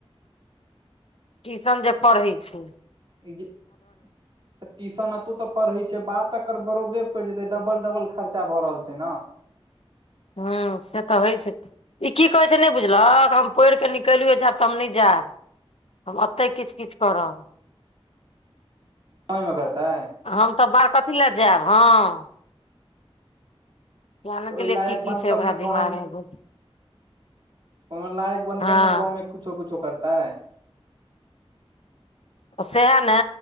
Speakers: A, on the left; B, on the right.
A: टीशन जे पढ़ै छैय।
B: <inaudible> त टीशन एतौ त पढ़ै छैय बात एकर बरोबरे पड़ि जेतै डबल- डबल खर्चा भ रहल छैय न।
A: हु से त होइ छैय। इ की कहै छैय नय बुझलहक हम पढ़ि कऽ निकलियौ जायब त हम नय जायब। हम अतय किछ -किछ करब।
B: गावेमे करतय।
A: हम त बाहर कथी लए जायब हँ। ज्ञान
B: त
A: के
B: ओय
A: लिए
B: लायक
A: की की
B: बनतै
A: छै ओकरा
B: तब ने
A: दिमाग
B: गाँवेमे
A: मे घुस
B: कोनो लायक बनतै
A: हँ
B: तब ने गाँव मे कुछो-कुछो करतैय।
A: त सएह ने